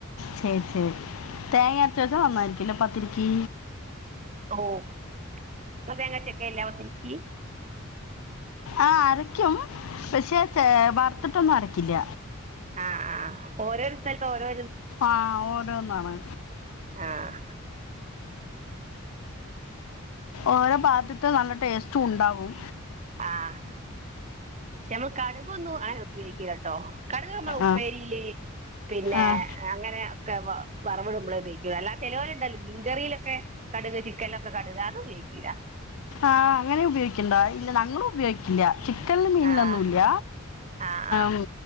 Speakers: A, on the left (about 70°); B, on the right (about 35°).
A: ശെരി ശെരി തേങ്ങ അരച്ച വസം നന്നായിരിക്കല്ലോ പത്തിരിക്കി
B: ഒഹ് ഇങ്ങള് തേങ്ങര്ച്ച് വെക്കല്ല പത്തി പി
A: ആഹ് അരക്ക്യും പക്ഷെ വറത്ത്ട്ടൊന്നും അരക്കില്ല
B: ആഹ് ആഹ് ഓരോരു സ്ഥലത്തും ഓരോ
A: ആഹ് ഓരോന്നാണ്
B: ആഹ്
A: ഓരോ ഭാത്ത്ത്തെ നല്ല ടേസ്റ്റു ഉണ്ടാവും
B: ആഹ് പക്ഷെ നമ്മൾ കടുകൊന്നും ആനെ ഉപയോഗിക്കല ട്ടോ കടുക് നമ്മൾ ഉപ്പേരീല്
A: ആ
B: പിന്നെ
A: ആ
B: അങ്ങനെ <unintelligible> വറവ്ടുമ്പളെ പയോഗിക്ക അല്ലാതെ ചെലോല് ഇണ്ടാല് മീൻ കറിയിലൊക്കെ കടുക് ചിക്കനിലൊക്കെ കടുക് അത് ഉപയോഗിക്കില്ല
A: ആഹ് അങ്ങനെ ഉപയോഗിക്ക്ണ്ടോ ഇല്ല ഞങ്ങള് ഉപയോഗിക്കില്ല ചിക്കൻ മീനിലൊന്നും
B: ആഹ്
A: ല്ല
B: ആഹ് ആഹ്
A: ങ്